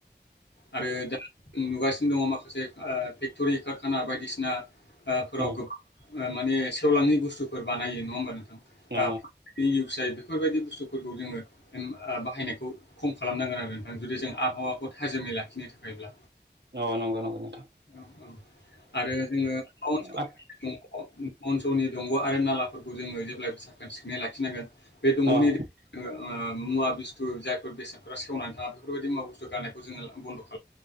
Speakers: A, on the left; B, on the right.
A: आरो दा नुगासिनो दङ माखासे ओ फेक्टरि कारखाना बायदिसिना ओ फोराव
B: अ
A: गोबां माने सेवलाङि बुस्थुफोर बानायो नङा होमबा नोंथां
B: अ
A: आ <unintelligible> जायो बेफोरबायदि बुस्थुफोरखौ जोङो ओम ओ बाहायनायखौ खम खालामनांगोन आरो जुदि जों आबहावाखौ थाजोमै लाखिनो थाखायब्ला
B: अ नंगौ नंगौ नोंथां
A: औ आरो जोङो
B: आ
A: <unintelligible> दौनि दंग आरो नालाफोरखौ जोङो जेब्लायबो साखोन सिखोनै लाखिनांगोन बे दंगनि
B: अ
A: जोङो ओ मुवा बिस्थु जायफोर बेसादफ्रा सेवनानै थाङा बेफोरबायदि मुवा बुस्थु गारनायखौ जोङो बन्द खाला